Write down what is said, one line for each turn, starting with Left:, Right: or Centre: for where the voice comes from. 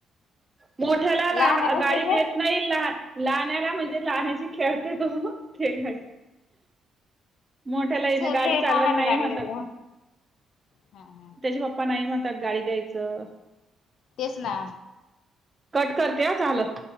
Right: मोठ्याला लहा
Left: लहानालाच
Right: गाडी
Left: देते
Right: देत नाही लहान लाण्याला म्हणजे लाण्याची खेळते तो खेळ गाडी मोठ्याला
Left: ते
Right: हे
Left: सोडले
Right: गाडी चालवायला
Left: लहानाला
Right: नाही
Left: गाडी
Right: म्हणतात
Left: देते मग. हा हा
Right: त्याचे पप्पा नाही म्हणतात गाडी द्यायचं
Left: तेच ना
Right: कट करते ह झालं